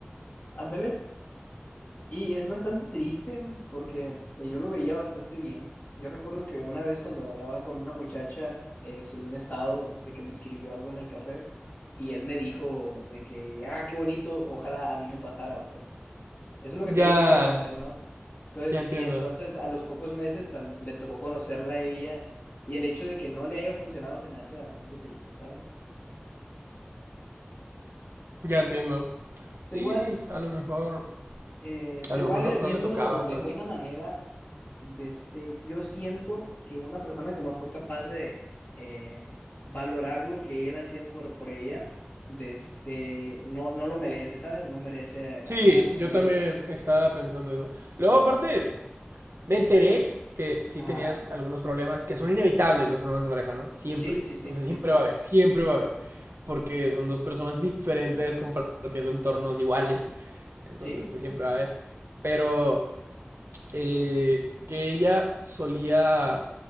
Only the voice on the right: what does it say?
Ya,
ya entiendo,
ya entiendo. Sí,
sí, a lo mejor,
a lo
mejor no,
no le tocaba,
¿sabes?
Sí,
yo
también estaba pensando eso. Luego, aparte, me enteré que sí
tenían algunos problemas, que son inevitables los problemas de pareja, ¿no? Siempre.
O sea,
siempre
va a haber, siempre va a haber. Porque son dos personas diferentes compartiendo entornos iguales. Entonces,
pues siempre va a haber. Pero eh, que ella solía